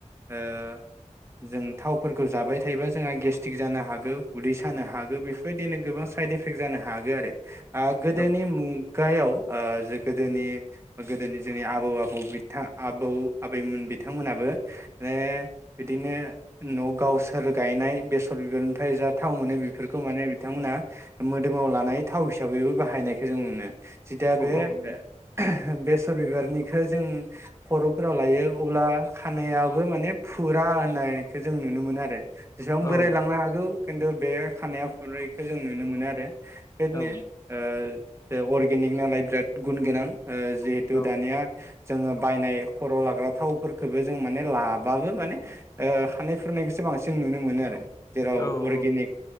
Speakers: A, on the right (about 20°); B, on the left (about 25°).
A: ओ जों थावफोरखौ जाबाय थायोबा जोंआ गेस्टक जानो हागौ उदै सानो हागौ बेफोरबायदिनो गोबां साइड एफेक्ट जानो हागो आरो आ
B: औ
A: गोदो मु गायाव ओ जे गोदोनि गोदोनि जोंनि आब आबौ आबौ बिथा आबौ आबैमोन बिथांमोनाबो <unintelligible> बिदिनो न' गावसोर गायनाय बेसर बिबारनिफ्राय जा थाव मोनो बेफोरखौ माने बिथांमोना मोदोमाव लानाय थाव हिसाबैबो बाहायनायखो जों नुनो जिथिया बे
B: औ नुयो
A: <unintelligible> बेसर बिबारनि बेखौ जों खर'फोराव लायो अब्ला खानायाबो माने फुरा होननायखौ जों नुनो मोनो आरो जेसेबां बोरायलांनो
B: औ
A: हागौ खिन्थु बे खानाया फुरैखो जों नुनो मोनो आरो बेदिनो
B: औ
A: ओ बे अर्गेनिक नालाय बिराद गुन गोनां ओ जिहेथु
B: औ
A: दानिया जोङो बायनाय खर' लाग्रा थावफोरखौबो जों माने लाबाबो माने ओ खानाय फुरनायखौसो बांसिन नुनो मोनो आरो जेराव
B: औ
A: अर्गेनिक